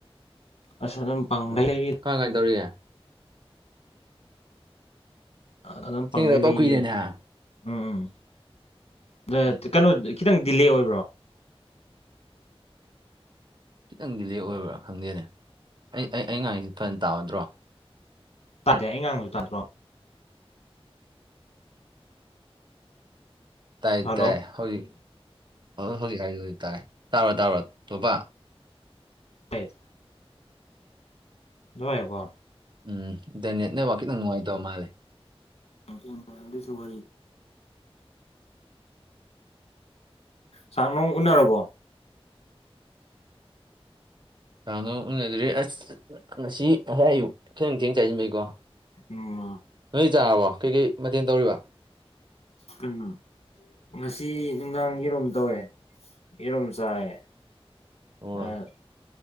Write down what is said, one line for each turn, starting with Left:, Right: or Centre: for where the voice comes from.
Left: ꯑꯁ ꯑꯗꯨꯝ ꯄꯪꯒ
Right: ꯎꯝ
Left: ꯂꯩꯔꯤꯗ
Right: ꯀꯃꯥꯏ ꯀꯃꯥꯏꯅ ꯇꯧꯔꯤꯒꯦ
Left: ꯑꯗꯨꯝ
Right: ꯊꯦꯡꯅꯗꯕ
Left: ꯄꯥꯡꯂꯩ ꯂꯩꯔꯤꯌꯦ
Right: ꯀꯨꯏꯔꯦꯅꯦ ꯍꯥ
Left: ꯎꯝ ꯑꯗ
Right: ꯎꯝ
Left: ꯀꯩꯅꯣ ꯈꯤꯇꯪ ꯗꯤꯂꯦ ꯑꯣꯏꯕ꯭ꯔꯣ
Right: ꯈꯤꯇꯪ ꯗꯤꯂꯦ ꯑꯣꯏꯕ꯭ꯔꯥ ꯈꯪꯗꯦꯅꯦ ꯑꯩ ꯑꯩꯉꯥꯡꯁꯤ ꯐꯅ ꯇꯥꯒꯗ꯭ꯔꯣ
Left: ꯇꯥꯗꯦ ꯑꯩ ꯉꯥꯡꯕꯁꯨ ꯇꯥꯗꯔꯣ
Right: ꯇꯥꯏ
Left: ꯍꯜꯂꯣ
Right: ꯇꯥꯏ ꯍꯧꯖꯤꯛ ꯍꯧꯖꯤꯛ ꯍꯥꯏꯗꯤ ꯍꯧꯖꯤꯛ ꯇꯥꯏ ꯇꯥꯕꯔꯣ ꯇꯥꯕꯔꯣ ꯇꯣꯝꯕ
Left: ꯇ <inaudible> ꯑꯃꯇ ꯄꯥꯏꯌꯨꯀꯣ
Right: ꯎꯝ ꯗꯥ ꯅꯦꯠ ꯅꯦꯠꯋꯥꯛ ꯈꯤꯇꯪ ꯅꯨꯡꯉꯥꯏꯇꯕ ꯃꯥꯂꯦ
Left: ꯅꯤꯡꯦꯡꯁꯟ ꯃꯗꯨꯁꯨ ꯋꯥꯔꯤ <inaudible> ꯆꯥꯛ ꯅꯨꯡ ꯎꯅꯔꯕꯣ
Right: ꯀꯅꯥꯝ ꯎꯅꯗꯔꯤ ꯑꯁ ꯉꯁꯤ ꯉꯁꯥꯏ ꯑꯌꯨꯛ ꯊꯦꯡ ꯊꯦꯡ ꯆꯥꯁꯤꯟꯕꯩꯀꯣ
Left: ꯎꯝ
Right: ꯅꯣꯏ ꯆꯥꯔꯕꯣ ꯀꯩꯀꯩ ꯃꯊꯦꯜ ꯇꯧꯔꯤꯕ
Left: ꯀ <inaudible> ꯉꯁꯤ ꯅꯨꯡꯗꯥꯡ ꯌꯦꯔꯨꯝꯝ ꯇꯧꯋꯦ ꯌꯦꯔꯣꯝ ꯆꯥꯏꯌꯦ
Right: ꯑꯣ
Left: ꯑꯥ